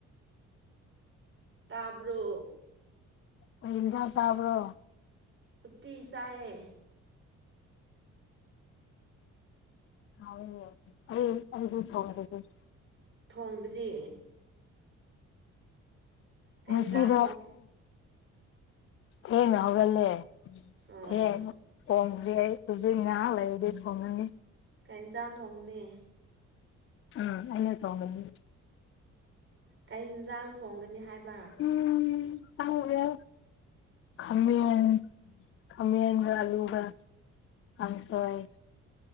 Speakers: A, on the right; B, on the left.
A: ꯇꯥꯕ꯭ꯔꯣ
B: ꯀꯩ ꯏꯟꯁꯥꯡ ꯆꯥꯕ꯭ꯔꯣ
A: ꯎꯠꯇꯤ ꯆꯥꯏꯌꯦ
B: ꯍꯥꯎꯋꯤꯅꯦ ꯑꯩꯗꯤ ꯊꯣꯡꯗꯔ꯭ꯤ
A: ꯊꯣꯡꯗ꯭ꯔꯤ ꯀꯩ
B: ꯉꯁꯤꯗꯣ
A: ꯌꯦꯟꯁꯥꯡ ꯊꯣꯡ
B: ꯊꯦꯡꯅ ꯍꯧꯒꯠꯂꯦ
A: ꯑꯣ
B: ꯍꯦ ꯍꯣꯡꯈ꯭ꯔꯤ ꯑꯩ ꯍꯧꯁꯨ ꯉꯥ ꯂꯩ ꯑꯗꯨ ꯊꯣꯡꯅꯤ
A: ꯀꯩ ꯏꯟꯁꯥꯡ ꯊꯣꯡꯉꯅꯤ
B: ꯑ ꯑꯩꯅ ꯊꯣꯡꯒꯅꯤ
A: ꯀꯩ ꯏꯟꯖꯥꯡ ꯊꯣꯡꯒꯅꯤ ꯍꯥꯏꯕ
B: ꯎꯝ ꯈꯪꯗꯔꯦ ꯈꯥꯃꯦꯟ ꯈꯥꯃꯦꯟꯒ ꯑꯂꯨꯒ ꯀꯥꯡꯁꯣꯏ